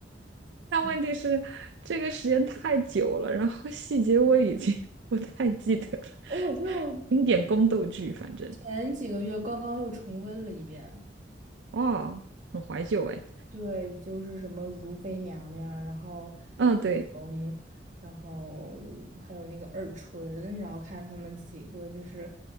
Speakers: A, on the right (about 75°); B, on the right (about 45°).
A: 但问题是，
B: 嗯，
A: 这个时间太久了，然后细节我已经 <laughs> 不太记得了。
B: 哦，我就
A: 经典宫斗剧，反正
B: 前几个月刚刚又重温了一遍。
A: 哦，很怀旧哎。
B: 对，就是什么如妃娘娘，然后
A: 嗯，对，
B: 嗯，然后还有那个耳唇，然后看他们几个就是，